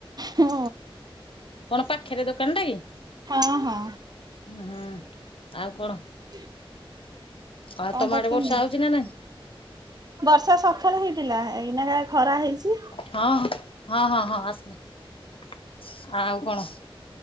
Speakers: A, on the right; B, on the left.
A: ହୁଁ।
B: କଣ ପାଖରେ ଦୋକାନ ଟା କି?
A: ହଁ ହଁ।
B: ହଁ ଆଉ କଣ?
A: <inaudible>
B: ଆ
A: କଣ
B: ତମ
A: କରୁଛନ୍ତି?
B: ଆଡେ ବର୍ଷା ହଉଛି ନା ନାଇଁ?
A: ବର୍ଷା ସକାଳେ ହେଇଥିଲା ଏଇନାକା ଖରା ହେଇଛି।
B: ହଁ ହଁ ହଁ ହଁ ହଁ ଆସିଲା। ଆଉ କଣ?